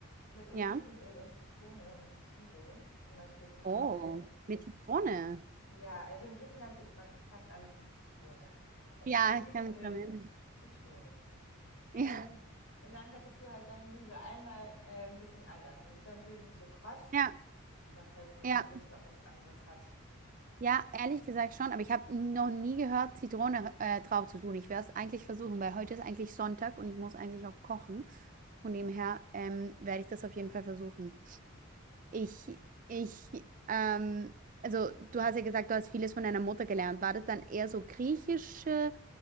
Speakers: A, on the left (about 75°); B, on the right (about 40°).
A: mit Olivenöl
B: Ja.
A: und Zitrone und so Zwiebeln, zum Beispiel Kartoffeln.
B: Oh, mit Zitrone.
A: Ja, also in Griechenland isst man fast alles mit Zitrone. Also
B: Ja,
A: Olivenöl,
B: ich kann mich dran erinnern.
A: Zitrone. <laughs> Ähm,
B: Ja,
A: und dann hättest du halt dein Gemüse einmal äh, ein bisschen anders. Das ist dann natürlich nicht so kross,
B: ja,
A: aber falls man mal
B: ja,
A: Lust auf was anderes hat.
B: ja, ehrlich gesagt schon, aber ich habe noch nie gehört, Zitrone äh, drauf zu tun. Ich werde es eigentlich versuchen, weil heute ist eigentlich Sonntag und ich muss eigentlich auch kochen. Von dem her ähm, werde ich das auf jeden Fall versuchen. Ich, ich, ähm, also du hast ja gesagt, du hast vieles von deiner Mutter gelernt. War das dann eher so griechische